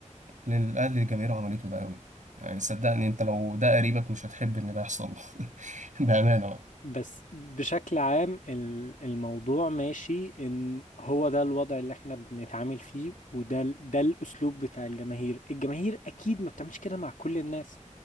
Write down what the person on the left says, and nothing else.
بس بشكل عام ال- الموضوع ماشي ان هو ده الوضع اللي احنا بنتعامل فيه وده ال- ده الاسلوب بتاع الجماهير الجماهير اكيد ما بتعملش كده مع كل الناس